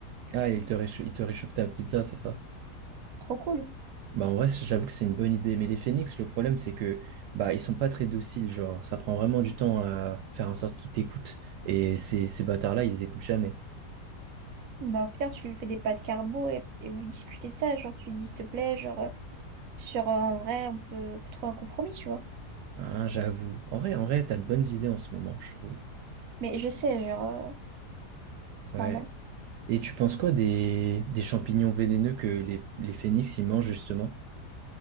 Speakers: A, on the right; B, on the right.
A: C'est
B: Ah,
A: cool.
B: il te réchauffe, il te réchauffe ta pizza, c'est ça.
A: Trop cool.
B: Bah en vrai, j'avoue que c'est une bonne idée. Mais les phoenix, le problème, c'est que bah ils sont pas très dociles. Genre, ça prend vraiment du temps à faire en sorte qu'ils t'écoutent. Et ces, ces bâtards-là, ils écoutent jamais.
A: Bah, au pire, tu lui fais des pâtes carbo et, et vous discutez de ça, genre, tu lui dis, s'il te plaît, genre, euh, sur, euh, en vrai, on peut, on peut trouver un compromis, tu vois.
B: Ah, j'avoue. En vrai, en vrai, t'as de bonnes idées en ce moment, je trouve.
A: Mais je sais, genre, euh, c'est
B: Ouais.
A: normal.
B: Et tu penses quoi des, des champignons vénéneux que les, les phénix, ils mangent justement?